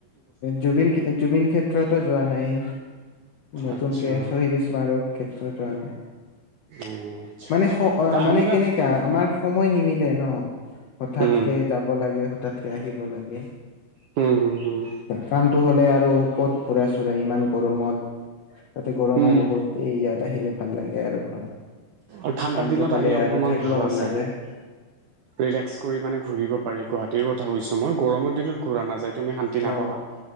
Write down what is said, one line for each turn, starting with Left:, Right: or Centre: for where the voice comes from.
Left: জুব জুবিন ক্ষেত্ৰতো যোৱা নাই নতুনকে
Right: আচ্ছা
Left: শ্বহীদ স্মাৰক ক্ষেত্ৰত যোৱা নাই
Right: অ' আচ্ছা
Left: মানে
Right: আচ্ছা
Left: মানে
Right: আহিবা
Left: কেনেককা আমাৰ সময়। মই নিমিলে ন হঠাৎকে
Right: উম
Left: যাব লাগে। তাতকে আহিব লাগে।
Right: হুম হুম হুম
Left: কামতটো হ'লে আৰু ক'ত ঘুৰা চুৰা ইমান গৰমত! তাতে গৰমো
Right: উম
Left: বহুত ইয়াত আহিলে। ভাল লাগে আৰু ঘৰত
Right: আৰু ঠাণ্ডাৰ
Left: কামটো
Right: দিনত
Left: হলে
Right: আহিলে
Left: আৰু
Right: অকমান
Left: থাকিব
Right: ভাল
Left: মন
Right: আছে
Left: নাযায়
Right: আৰু ৰিলেক্স কৰি মানে ঘূৰিব পাৰি গুৱাহাটীৰ কছো মই গৰমৰিনতূৰা নাযায়। তুমি শান্তি নাপাবা।
Left: অ